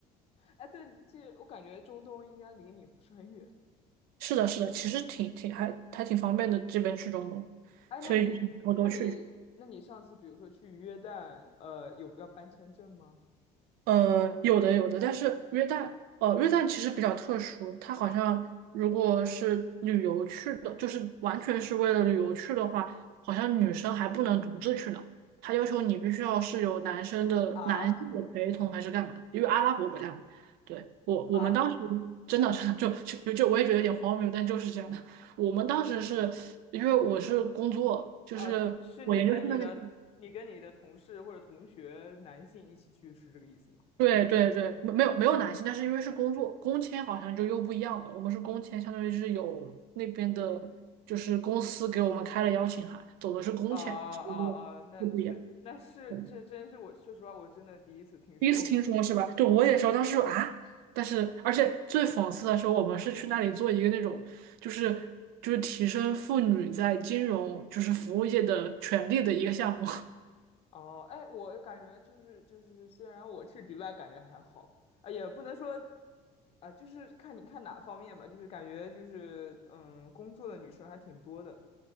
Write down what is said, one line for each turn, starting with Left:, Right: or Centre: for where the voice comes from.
Left: 哎，对，其实我感觉中东应该离你不是很远。
Right: 是的，是的，其实挺挺还还挺方便的，这边去中东，
Left: 哎，
Right: 所以就是以后多去。
Left: 那你那你那你上次比如说去约旦，呃，有要办签证吗？
Right: 呃，有的有的，但是约旦，呃，约旦其实比较特殊，它好像如果是旅游去的，就是完全是为了旅游去的话，好像女生还不能独自去呢，它要求你必须要是有男生的男性的陪同还是干嘛的因为阿拉伯国家嘛。
Left: 啊
Right: 对，我我们当时真的是
Left: 啊！
Right: <laughs> 就就就我也觉得有点荒谬，但就是这样的。我们当时是因为我是工作，就是。
Left: 啊，是你跟你的你跟你的同事或者同学男性一起去，
Right: 我研究生的那
Left: 是这个意思吗？
Right: 对对对，没没有没有男性，但是因为是工作工签，好像就又不一样吧。我们是工签，相当于是有那边的，就是公司给我们开了邀请函，走的是工签，
Left: 啊啊啊！
Right: 所以就就不一样。
Left: 那确那是这真是我说实话，
Right: 嗯
Left: 我真的第一次听说。
Right: 第一次听说是吧？对，我也说当时说啊，但是而且最讽刺的是，我们是去那里做一个那种，就是就是提升妇女在金融就是服务业的权利的一个项目。<laughs>
Left: 哦，哎，我感觉就是就是，虽然我去迪拜感觉还好啊，也不能说啊，就是看你看哪方面吧，就是感觉就是嗯，工作的女生还挺多的。